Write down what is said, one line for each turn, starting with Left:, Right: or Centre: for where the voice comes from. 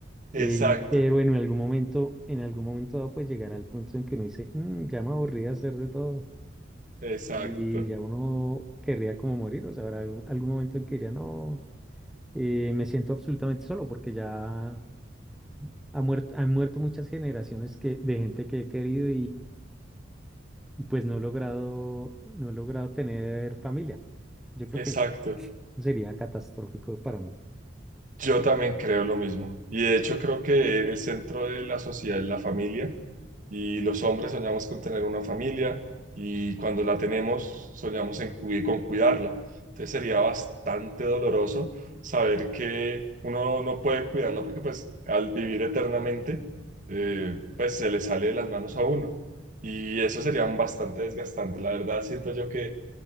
Right: exacto,
Centre: Eh, pero en algún momento, en algún momento dado, pues llegará el punto en que uno dice, "Mm, ya me aburrí de hacer de todo.
Right: exacto,
Centre: Y ya uno querría como morir. O sea, habrá algún, algún momento en que diría, no, eh, me siento absolutamente solo porque ya ha muerto, han muerto muchas generaciones que, de gente que he querido y pues no he logrado, no he logrado tener familia. Yo creo
Right: exacto.
Centre: que eso sería catastrófico para mí.
Right: Yo también creo lo mismo. Y de hecho creo que el centro de la sociedad es la familia y los hombres soñamos con tener una familia y cuando la tenemos soñamos en cu- con cuidarla. Entonces sería bastante doloroso saber que uno no puede cuidarla porque pues al vivir eternamente eh, pues se le sale de las manos a uno y eso sería bastante desgastante. La verdad siento yo que